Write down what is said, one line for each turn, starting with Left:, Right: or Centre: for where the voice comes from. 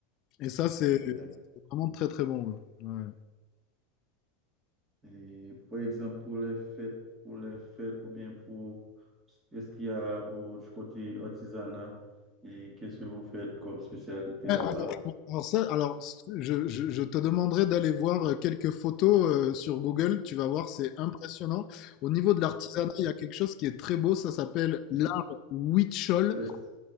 Left: Et ça, c'est
Right: Ok,
Left: c'est
Right: bien.
Left: vraiment très très bon. ouais.
Right: Et par exemple, pour les fêtes, pour les fêtes ou bien pour... Est-ce qu'il y a au, du côté artisanat et qu'est-ce que vous faites comme spécialité
Left: Ouais.
Right: là-bas?
Left: Ouais, alors, alors ça, alors je, je- je te demanderai d'aller voir euh, quelques photos euh, sur Google. Tu vas voir, c'est impressionnant. Au niveau de l'artisanat, il y a quelque chose qui est très beau. Ça s'appelle l'art
Right: Est-ce-
Left: huichol.
Right: est-ce-